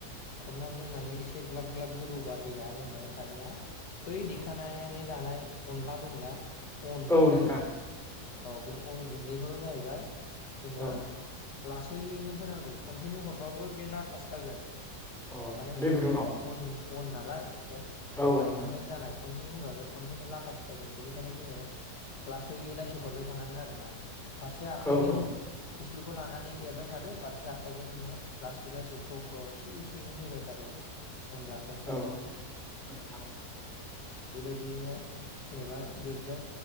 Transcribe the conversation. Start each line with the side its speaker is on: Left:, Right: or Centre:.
Left: खोबनानै दोननानै एसे ग्लाब ग्लाब गोदौबा दैया जोङो दानिया बै देखानानै लानाय अनला दंना अन गुन्दै
Centre: औ नोंथां
Left: औ बे अन गुन्दैखौ जाहैबाय जोङो
Centre: औ
Left: लासैनो होनांगौ कनटिनिउ हरबाबो बे लाथासो खागोन
Centre: अ
Left: मानो होनबा
Centre: दै गुदुङाव
Left: बे अन अन नालाय
Centre: औ
Left: माइरंजों
Centre: नोंथां
Left: जानाय खनसेनो होबा बे खनसेनो लाथासो खागोन बेनिखायनो जोङो लासै लासै हरबाय थानांगोन आरो ना फारसे आखाइजों
Centre: औ औ
Left: खोस्लि खौ लानानै एरबाय थादो फारसे आखाइजों नोङो लासै लासै फ्र फ्र' एसे एसेनै होबाय थादो अनलाखौ सारायाव
Centre: औ नोंथां
Left: बेबायदियैनो जेनेबा जोबजा